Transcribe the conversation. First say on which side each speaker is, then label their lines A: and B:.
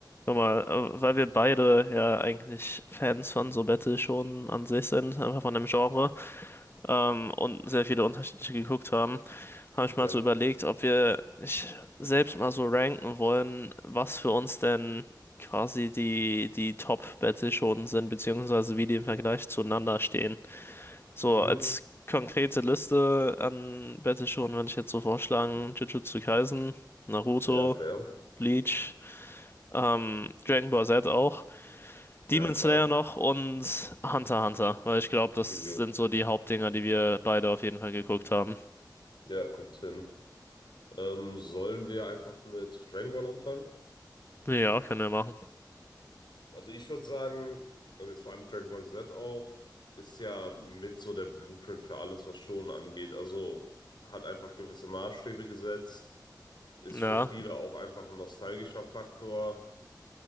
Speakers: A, on the left; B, on the left.
A: Guck mal, äh, weil wir beide ja eigentlich Fans von so Battle schon an sich sind, einfach von dem Genre, ähm, und sehr viele unterschiedliche geguckt haben, habe ich mal
B: Ja.
A: so überlegt, ob wir nicht selbst mal so ranken wollen, was für uns denn quasi die, die Top-Battle schon sind, beziehungsweise wie die im Vergleich zueinander stehen. So
B: Mhm.
A: als konkrete Liste an Battle schon würde ich jetzt so vorschlagen, Jujutsu Kaisen, Naruto,
B: Ja, fair.
A: Bleach, ähm, Dragon Ball Z auch.
B: Ja,
A: Demon
B: klar.
A: Slayer noch und Hunter x Hunter, weil ich glaube, das
B: Jo.
A: sind so die Hauptdinger, die wir beide auf jeden Fall geguckt haben.
B: Ja, kommt hin. Ähm, sollen wir einfach mit Dragon Ball anfangen?
A: Ja, können wir machen.
B: Also ich würde sagen, also jetzt vor allem Dragon Ball Z auch, ist ja mit so der Blueprint für alles, was Shonen angeht. Also hat einfach gewisse Maßstäbe gesetzt, ist
A: Ja,
B: für viele auch einfach ein nostalgischer Faktor